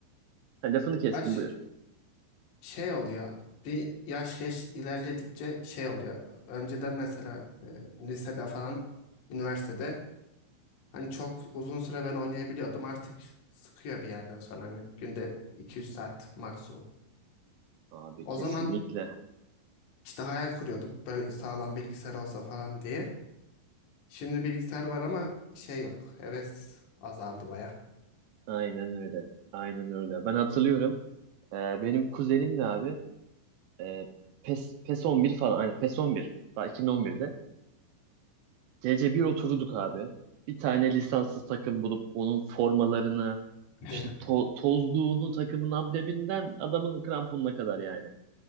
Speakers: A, on the right; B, on the left.
A: Ha, lafını kestim
B: baş,
A: buyur.
B: şey oluyor. Bir yaş geç ilerledikçe şey oluyor. Önceden mesela e, lisede falan, üniversitede hani çok uzun süre ben oynayabiliyordum. Artık sıkıyor bir yerden sonra hani günde 200 saat maksimum.
A: Abi
B: O
A: kesinlikle.
B: zaman işte hayal kuruyorduk böyle sağlam bilgisayar olsa falan diye. Şimdi bilgisayar var ama şey yok. Heves azaldı baya.
A: Aynen öyle. Aynen öyle. Ben hatırlıyorum. Ee, benim kuzenimle abi E, PES, PES 11 falan. Aynen PES on bir Daha 2011'de. Gece bir oturduk abi. Bir tane lisanssız takım bulup onun formalarını
B: <laughs>
A: işte to- tozluğunu takımın ambleminden adamın kramponuna kadar yani.